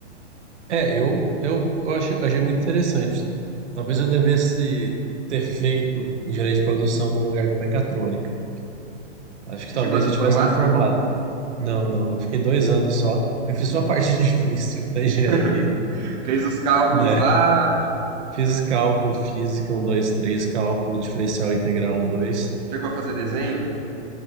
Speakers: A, on the right (about 75°); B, on the right (about 35°).
A: É, eu, eu, eu achei, achei muito interessante. Talvez eu devesse ter feito engenharia de produção no lugar de mecatrônica. Acho que
B: Você
A: talvez
B: chegou a se
A: eu
B: formar?
A: tivesse me formado. Não, não, eu fiquei dois anos só. Eu fiz só a parte <laughs> difícil da engenharia,
B: <laughs> Fez os cálculos
A: né?
B: lá,
A: Fiz cálculo, física um, 2, 3, cálculo diferencial integral um, 2.
B: chegou a fazer desenho?